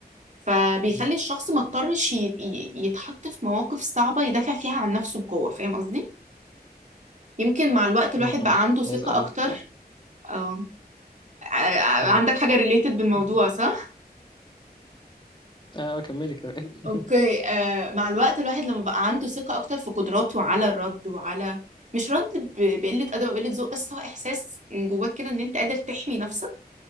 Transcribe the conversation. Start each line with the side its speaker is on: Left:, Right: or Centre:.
Right: فبيخلي
Left: مم،
Right: الشخص ما اضطرش ي- ي- يتحط في مواقف صعبة يدافع فيها عن نفسه بقوة فاهم قصدي؟ يمكن مع الوقت الواحد
Left: مم، مم.
Right: بقى عنده ثقة
Left: عايز اقول
Right: أكتر
Left: لك
Right: اه ع-
Left: آه،
Right: ع- عندك حاجة ريليتد بالموضوع
Left: مم.
Right: صح؟
Left: اه كملي كمان <laughs>
Right: اوكي آه مع الوقت الواحد لما بقى عنده ثقة اكتر في قدراته على الرد وعلى مش رد ب- بقلة أدب أو قلة ذوق بس هو إحساس من جواك كده إن أنت قادر تحمي نفسك